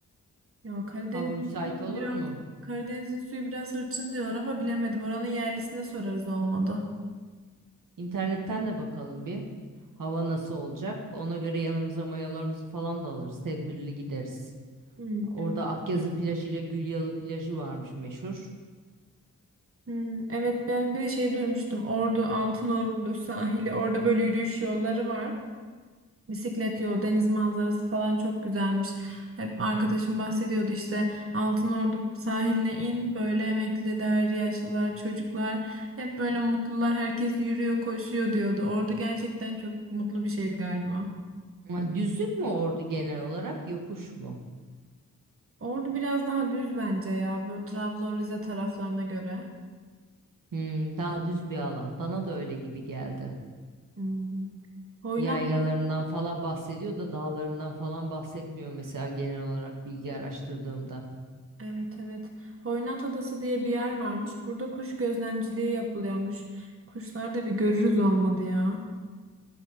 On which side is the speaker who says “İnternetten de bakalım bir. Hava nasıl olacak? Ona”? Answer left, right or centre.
Right